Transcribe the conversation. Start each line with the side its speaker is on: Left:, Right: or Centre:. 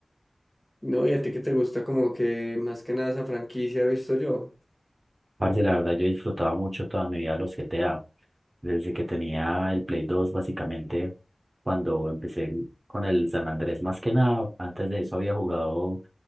Centre: No, y a ti que te gusta como que más que nada esa franquicia he visto yo.
Right: Parce, la verdad, yo disfrutaba mucho toda mi vida los GTA. Desde que tenía el Play 2 básicamente, cuando empecé con el San Andrés, más que nada, antes de eso había jugado